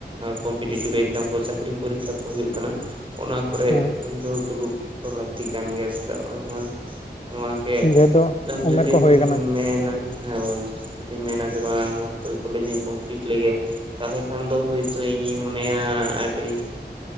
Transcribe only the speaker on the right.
ᱠᱚᱢᱯᱤᱴᱤᱵᱮᱞ ᱡᱟᱦᱟᱸ ᱪᱟᱹᱠᱨᱤ ᱯᱚᱨᱤᱠᱷᱟ ᱠᱚ ᱦᱩᱭᱩᱜ ᱠᱟᱱᱟ ᱚᱱᱟ ᱠᱚᱨᱮ
ᱫᱚ ᱫᱩᱲᱩᱵ ᱞᱟᱹᱠᱛᱤ ᱠᱟᱱ ᱜᱮᱭᱟ ᱪᱮᱫᱟᱜ ᱵᱟᱝ ᱢᱟ ᱱᱚᱣᱟ ᱜᱮ
ᱫᱚ ᱡᱩᱫᱤᱢ
ᱢᱮᱱᱼᱟ ᱦᱮᱸ ᱵᱳᱭ ᱡᱩᱫᱤᱧ ᱢᱮᱱᱟ ᱡᱮ ᱵᱟᱝ ᱦᱟᱹᱯᱟᱹᱭ ᱠᱚᱞᱮᱡ ᱤᱧ ᱠᱚᱢᱯᱤᱞᱤᱴ ᱞᱮᱜᱮ ᱛᱟᱦᱚᱞᱮ ᱠᱷᱟᱱ ᱫᱚ ᱦᱳᱭᱛᱩ ᱤᱧ ᱤᱧ ᱢᱚᱱᱮᱭᱟ ᱟᱹᱰᱤ